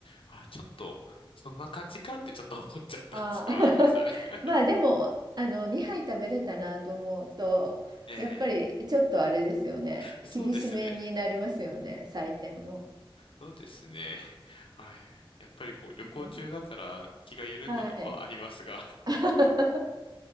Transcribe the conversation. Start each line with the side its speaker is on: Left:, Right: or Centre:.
Left: あ、ちょっと、そんな感じかってちょっと思っちゃった節はありましたね。
Right: あー <laughs>
Left: <laughs>
Right: まあでもあの2杯食べれたなと思うとやっぱりちょっとあれですよね厳しめになりますよね採点も。
Left: ええそうですね。そうですね。<laughs> はい。やっぱりこう旅行中だから気が緩んだのはありますが、
Right: うんはい <laughs>